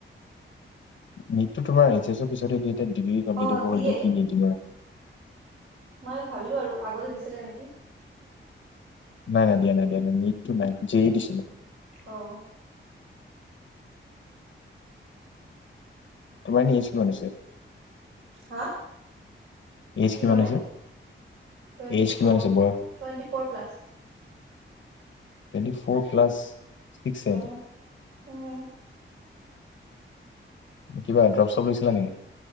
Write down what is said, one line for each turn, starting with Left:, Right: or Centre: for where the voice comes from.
Left: নিটটো তোমাৰ এইচ এছৰ পিছতেদি এটা ডিগ্ৰী কমপ্লিট
Right: অ
Left: হ'ব
Right: দিয়ে
Left: হ'ল, এতিয়া কি নিট দিম আৰু
Right: মই ভাবিলো আৰু আগতে দিছিলে নেকি?
Left: নাই -নাই দিয়া নাই, দিয়া নাই, নিটটো নাই যেই দিছিলো।
Right: অহ।
Left: তোমাৰ এইজ কিমান হৈছে?
Right: হা।
Left: এইজ
Right: কি
Left: কিমান
Right: ক'লে
Left: হৈছে,
Right: টুৱেণ্টি
Left: এইজ কিমান
Right: ফ'ৰ
Left: হৈছে বয়স?
Right: Twenty four plus
Left: twenty four plus, six sem.
Right: Um um
Left: কিবা ড্ৰপ-ছপ লৈছিলা নেকি?